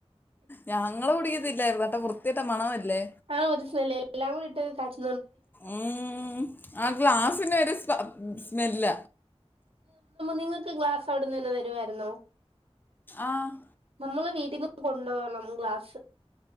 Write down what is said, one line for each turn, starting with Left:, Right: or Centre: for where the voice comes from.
Left: ഞങ്ങള് കുടിക്കത്തില്ലായിരുന്നു ന്ന്ട്ടൊ വൃത്തികെട്ട മണമല്ലേ
Right: ആ ഒരു സ്മല്ല് എല്ലാം കൂടിട്ട് കാച്ചി
Left: ഉം ആ ഗ്ലാസിന് ഒരുസ്മല്ല
Right: നിങ്ങൾക്ക് ഗ്ലാസ് അവിട്ന്ന് തന്നെ തരുവായിരുന്നോ
Left: ആഹ്
Right: നമ്മള് വീട്ടിൽ നിന്ന് കൊണ്ട് വരണം ഗ്ലാസ്